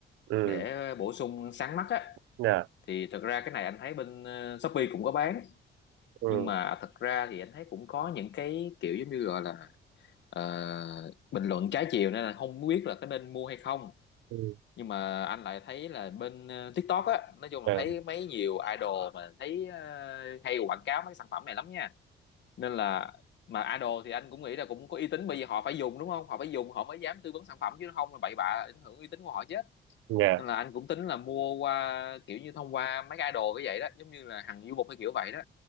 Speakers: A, on the right (about 85°); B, on the left (about 65°).
A: ừ
B: để bổ sung sáng mắt á.
A: dạ
B: Thì thực ra cái này anh thấy bên ờ, Shopee cũng có bán,
A: ừ
B: nhưng mà thật ra thì anh thấy cũng có những cái kiểu giống như gọi là ờ, bình luận trái chiều nên là không biết là có nên mua hay không
A: ừ
B: nhưng mà anh lại thấy là bên ờ, TikTok á nói chung là
A: dạ
B: thấy mấy nhiều idol mà thấy ờ, hay quảng cáo mấy cái sản phẩm này lắm nha nên là mà idol thì anh cũng nghĩ là cũng có uy tín bởi vì họ phải dùng đúng không họ phải dùng họ mới dám tư vấn sản phẩm chứ không là bậy bạ ảnh hưởng uy tín của họ chết
A: dạ
B: nên là anh cũng tính là mua qua kiểu như thông qua mấy cái idol cái vậy đó giống như là Hằng Du Mục hay kiểu vậy đó